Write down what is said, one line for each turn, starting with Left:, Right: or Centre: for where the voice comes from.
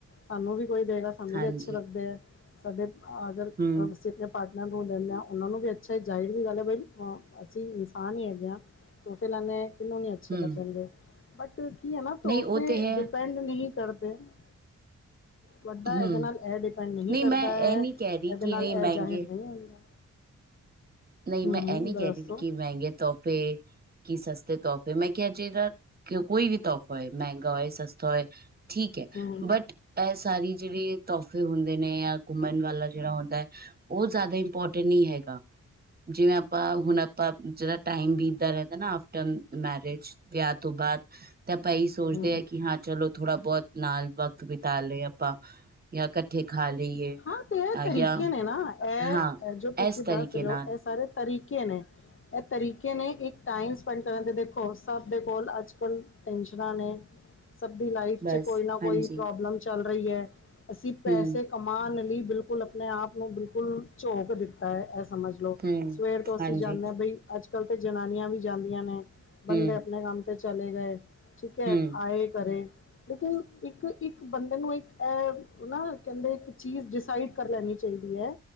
Left: ਸਾਨੂੰ ਵੀ ਕੋਈ ਦੇਗਾ। ਸਾਨੂੰ
Right: ਹਾਂਜੀ,
Left: ਵੀ ਅੱਛੇ ਲੱਗਦੇ ਐ ਸਾਡੇ <unintelligible>
Right: ਹੂੰ,
Left: ਪਾਰਟਨਰ ਨੂੰ ਲੈਂਦੇ ਉਹਨਾਂ ਨੂੰ ਵੀ ਅੱਛਾ ਜਾਹਿਰ ਦੀ ਗੱਲ ਐ ਬਈ ਅਸੀਂ ਇਨਸਾਨ ਹੀ ਹੈਗੇ ਆ। ਤੋਹਫ਼ੇ ਲੈਣੇ। ਕਿਹਨੂੰ ਨਹੀ ਅੱਛੇ
Right: ਹੂੰ,
Left: ਲੱਗਣਗੇ ਬਟ ਕੀ ਆ ਨਾ ਤੋਹਫ਼ੇ
Right: ਨਹੀਂ ਉਹ ਤੇ ਹੈ,
Left: ਡਿਪੈਂਡ ਨਹੀਂ ਕਰਦੇ। ਕਰਦੇ। ਵੱਡਾ
Right: ਹੂੰ,
Left: ਇਹਦੇ ਨਾਲ ਇਹ ਡਿਪੈਂਡ ਨਹੀਂ ਕਰਦਾ
Right: ਮੈਂ ਇਹ
Left: ਐ
Right: ਨਹੀਂ
Left: ਇਹਦੇ
Right: ਕਹਿ ਰਹੀ ਕਿ
Left: ਨਾਲ
Right: ਨਹੀਂ ਮਹਿੰਗੇ
Left: ਇਹ ਜ਼ਾਹਿਰ ਨਹੀਂ ਹੁੰਦਾ।
Right: ਨਹੀਂ,
Left: ਹੂੰ
Right: ਮੈਂ ਇਹ
Left: ਹੂੰ
Right: ਨਹੀਂ
Left: ਦੱਸੋ
Right: ਕਹਿ ਰਹੀ ਕਿ ਮਹਿੰਗੇ ਤੋਹਫ਼ੇ। ਕੀ ਸਸਤੇ ਤੋਹਫ਼ੇ ਮੈਂ ਕਿਹਾ ਜਿਹੜਾ ਕੋਈ ਵੀ ਤੋਹਫ਼ਾ ਹੋਏ ਮਹਿੰਗਾ ਹੋਏ ਸਸਤਾ ਹੋਏ। ਠੀਕ ਐ
Left: ਹੂੰ ਹੂੰ
Right: ਬਟ। ਇਹ ਸਾਰੀ ਜਿਹੜੀ ਤੋਹਫ਼ੇ ਹੁੰਦੇ ਨੇ ਜਾਂ ਘੁੰਮਣ ਵਾਲਾ ਜਿਹੜਾ ਹੁੰਦਾ ਉਹ ਜ਼ਿਆਦਾ ਹੀ। ਇੰਪੋਰਟੈਂਟ ਨਹੀਂ ਹੈਗਾ। ਜਿਵੇਂ ਆਪਾਂ ਹੁਣ ਆਪਾਂ ਜਿਹੜਾ ਟਮ ਬੀਤਦਾ ਰਹਿੰਦਾ ਨਾ ਆਫਟਰ ਮੈਰਿਜ ਵਿਆਹ ਤੋਂ ਬਾਅਦ ਤੇ ਆਪਾਂ ਇਹੀ ਸੋਚਦੇ
Left: ਹੂੰ
Right: ਆ ਕਿ ਹਾਂ ਚਲੋ ਥੋੜਾ ਬਹੁਤ ਨਾਲ ਵਕਤ ਬਿਤਾ ਲਏ ਹਾਂ। ਆਪਾਂ ਜਾਂ ਇਕੱਠੇ ਖਾ ਲਈਏ
Left: ਹਾਂ, ਤੇ ਇਹ ਤਰੀਕੇ
Right: ਜਾਂ
Left: ਨੇ ਨਾ ਇਹ
Right: ਹਾਂ
Left: ਜੋ ਤੁਸੀਂ
Right: ਇਸ ਤਰੀਕੇ
Left: ਦੱਸ ਰਹੇ
Right: ਨਾਲ
Left: ਹੋ ਇਹ ਸਾਰੇ। ਤਰੀਕੇ ਨੇ। ਇਹ ਤਰੀਕੇ ਨੇ ਇੱਕ ਟਾਈਮ ਸਪੈਂਡ ਕਰਨ 'ਤੇ ਦੇਖੋ ਸਭ ਦੇ ਕੋਲ ਅੱਜ ਕੱਲ੍ਹ ਟੈਨਸ਼ਨਾਂ ਨੇ।
Right: <unintelligible>
Left: ਸਭ ਦੀ ਲਾਈਫ
Right: ਬਸ
Left: ' ਕੋਈ ਨਾ
Right: ਹਾਂਜੀ
Left: ਕੋਈ ਪ੍ਰੋਬਲਮ ਚੱਲ ਰਹੀ ਐ ਅਸੀਂ ਪੈਸੇ।
Right: ਹਮ
Left: ਕਮਾਨ ਲਈ ਬਿਲਕੁਲ ਆਪਣੇ ਆਪ ਨੂੰ ਬਿਲਕੁਲ ਝੋਕ ਦਿੱਤਾ ਐ ਇਹ ਸਮਝ
Right: ਹਮ
Left: ਸਵੇਰ ਤੋਂ ਅਸੀਂ
Right: ਹਾਂਜੀ
Left: ਜਾਣੇ ਆ ਬਈ ਅੱਜ ਕੱਲ੍ਹ ਤੇ ਜਨਾਨੀਆਂ ਵੀ ਜਾਂਦੀਆਂ ਨੇ ਬੰਦੇ
Right: ਹਮ
Left: ਆਪਣੇ ਕੰਮ ਤੇ ਚਲੇ ਗਏ ਠੀਕ ਐ
Right: ਹਮ
Left: ਆਏ ਕਰੇ ਲੇਕਿਨ ਇੱਕ ਇੱਕ ਬੰਦੇ ਨੂੰ ਇੱਕ ਇਹ ਨਾ ਕਹਿੰਦੇ ਇਹ ਚੀਜ਼ ਡਿਸਾਈਡ ਕਰ ਲੈਣੀ ਚਾਹੀਦੀ ਐ